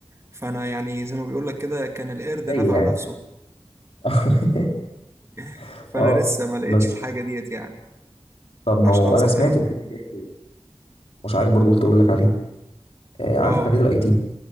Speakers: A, on the right (about 25°); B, on the left (about 70°).
A: فأنا يعني زي ما بيقول لك كده كان القرد
B: زي
A: نفع
B: يعني
A: نفسه
B: <laughs>
A: <laughs> فأنا
B: اه
A: لسه ما لقيتش
B: بس
A: الحاجة ديت يعني
B: طب ما
A: عشان
B: هو
A: أنصح
B: انا سمعت
A: بيها حد
B: ان في مجال مش عارف برضو قلت اقول لك عليه آه،
A: اه
B: عارف مجال الاي تي